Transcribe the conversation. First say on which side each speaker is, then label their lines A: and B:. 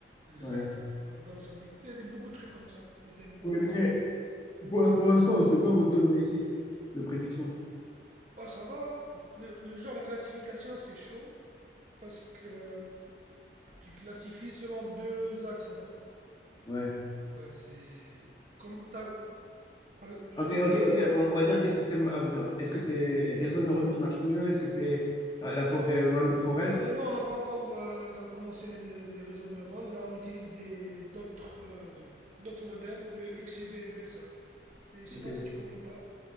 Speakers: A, on the right; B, on the left.
A: la
B: Ouais.
A: ouais, dansabilité, des- beaucoup de trucs comme ça, le tempo,
B: Oui,
A: les
B: mais pour, pour l'instant, c'est quoi votre taux de réussite de prédiction?
A: Oh, ça va, hein. le, le genre, la classification, c'est chaud, parce que tu classifies selon deux axes, en fait.
B: Ouais.
A: Ouais, c'est... Comme, t'as Par- juste
B: Ok,
A: comment
B: ok,
A: t'expliquer?
B: ok. On, on va dire quel système. ah, genre, Est-ce que c'est les réseaux de neurones qui marchent mieux? Est-ce que c'est euh, la forêt
A: Euh,
B: euh, Random Forest?
A: euh, non, on n'a pas encore euh, commencé les, né- les réseaux de neurones. Là, on utilise des d'autres euh, d'autres modèles, le XGB Regressor. C'est- Je
B: Ok.
A: sais pas si tu connais ou pas.